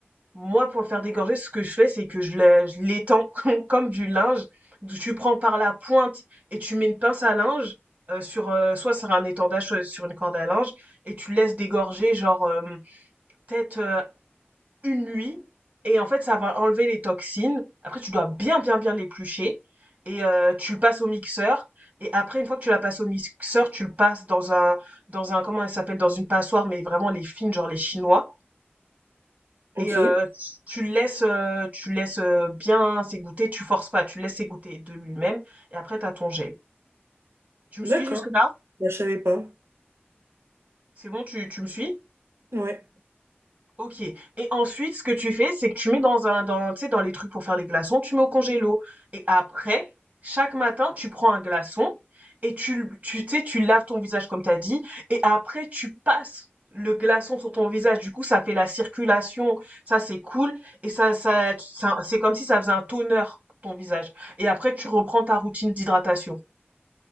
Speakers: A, on the right (about 35°); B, on the right (about 75°).
A: Moi, pour le faire dégorger, ce que je fais, c'est que je l'ai- je l'étends <laughs> comme du linge. Tu prends par la pointe et tu mets une pince à linge euh, sur euh, soit sur un étendage, soit sur une corde à linge et tu laisses dégorger genre euh, peut-être euh, une nuit et en fait, ça va enlever les toxines. Après, tu dois bien, bien, bien l'éplucher et heu, tu le passes au mixeur et après, une fois que tu la passes au mixeur, tu le passes dans un dans un comment elle s'appelle? Dans une passoire, mais vraiment les fines, genre les chinois
B: Ok.
A: et heu, tu le laisses, heu, tu le laisses, heu, bien s'égoutter, tu forces pas, tu le laisses s'égoutter de lui-même et après t'as ton gel. Tu me
B: D'accord.
A: suis jusque-là?
B: Bah, je savais pas.
A: C'est bon, tu tu me suis?
B: Ouais.
A: Ok. Et ensuite, ce que tu fais, c'est que tu mets dans un, dans, tu sais, dans les trucs pour faire les glaçons, tu mets au congélo. Et après, chaque matin, tu prends un glaçon et tu, le- tu, tu sais, tu laves ton visage comme t'as dit. Et après, tu passes le glaçon sur ton visage. Du coup, ça fait la circulation. Ça, c'est cool. Et ça, ça, ça- c'est comme si ça faisait un toner pour ton visage. Et après, tu reprends ta routine d'hydratation.